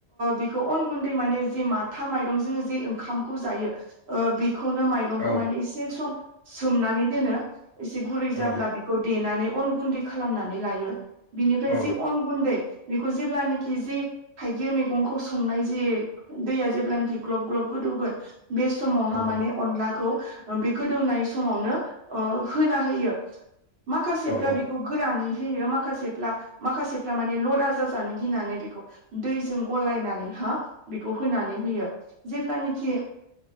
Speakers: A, on the right; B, on the left.
A: बेखौ अन गुन्दै माने जे माथा माइरं जों जे ओंखामखौ जायो खौनो माइरंखौ
B: औ
A: माने एसे सम सोमनानै दोनो एसे गुरै
B: औ
A: जाब्ला बेखौ देनानै अन गुन्दै खालामनानै लायो बिनिफ्राय
B: औ
A: जि अन गुन्दै बेखौ जेब्लानोखि जि थाइगिर मैगंखौ संनाय जि दैया जेब्लानाखि ग्लब ग्लब गोदौगोन बे समावहा माने
B: औ
A: अनलाखौ बे गोदौनाय समावनो ओ होना होयो माखासे फ्रा
B: औ
A: बेखौ गोरानै होयो माखासेफ्ला माखासेफ्रा माने लदा जाजानो गिनानै बेखौ दैजों गलायनानै हा बेखौ होनानै होयो जेब्लानिखि